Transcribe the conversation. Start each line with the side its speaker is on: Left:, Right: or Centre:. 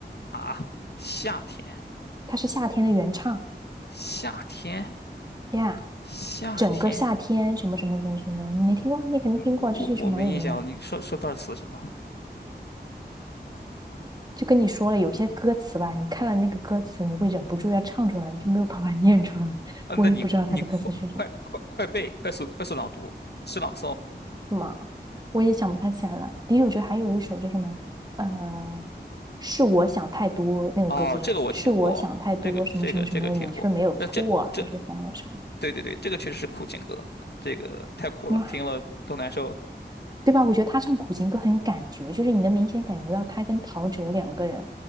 Left: 啊，夏天，
Right: 他是《夏天》的原唱
Left: 夏天，
Right: 呀，Yeah，
Left: 夏天，
Right: 整个夏天什么什么什么什么什么，你没听过啊你肯定听过，
Left: 我我没印象了，
Right: 这是一首蛮有名的。
Left: 你说说段词行吗？
Right: 就跟你说了，有些歌词吧，你看了那个歌词，你会忍不住要唱出来，你就没有办法 <laughs> 念出来。
Left: 嗯，
Right: 我也不知道他的歌词是什么。
Left: 那你你快快快快背，快速快速朗读，是朗诵。
Right: 什么？我也想不太起来了。的确，我觉得还有一首叫什么，呃，是我想太多，那个歌词是是我想太多，
Left: 哦，这个我听过，这个这个这个听过，
Right: 什么什么什么的，你却没有错，
Left: 这这这，
Right: 还是啥啥啥的。
Left: 对对对，这个确实是苦情歌，这个太酷了，
Right: 那
Left: 听了都难受。
Right: 对吧？我觉得他唱苦情歌很有感觉，就是你能明显感觉到他跟陶喆两个人